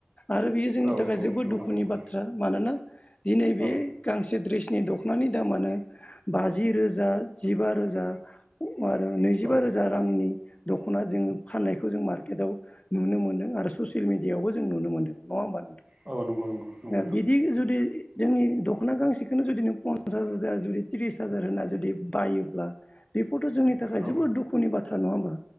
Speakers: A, on the left (about 30°); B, on the right (about 20°).
A: आरो बेयो जोंनि
B: औ
A: थाखाय
B: औ
A: जोबोद
B: नंगौ
A: दुखुनि
B: नंगौ
A: बाथ्रा मानोना दिनै बे
B: औ
A: गांसे द्रेस नि दख'नानि दामानो बाजि रोजा जिबा रोजा आरो नैजिबा
B: औ
A: रोजा रांनि दख'ना जोङो फाननायखौ जों मार्केटआव नुनो मोनदों आरो ससियेल मिडियआवबो जों नुनो मोनदों नङा होमबा।
B: औ नंगौ नंगौ नंगौ नोंथां
A: बिदि जुदि जोंनि दख'ना गांसेखौनो जुदि नों पन्सास हाजार जुदि त्रिस हाजार होना जुदि बायोब्ला बे बेथ' जोंनि थाखाय
B: औ
A: जोबोद दुखुनि बाथ्रा नङा होमबा